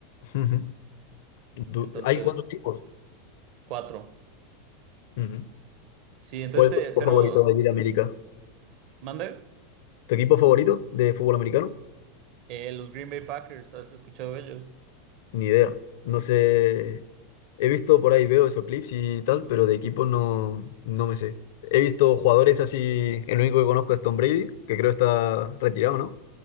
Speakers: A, on the left; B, on the right.
A: Ujú. Du-
B: Entonces,
A: Hay cuatro equipos.
B: cuatro.
A: Ujú.
B: Sí, entonces
A: ¿Cuál
B: te,
A: es tu equipo
B: pero,
A: favorito de allí de América?
B: ¿mande?
A: ¿Tu equipo favorito de fútbol americano?
B: Eh, los Green Bay Packers, ¿has escuchado de ellos?
A: Ni idea. No sé. He visto por ahí, veo esos clips y tal, pero de equipo no, no me sé. He visto jugadores así. El único que conozco es Tom Brady, que creo está retirado, ¿no?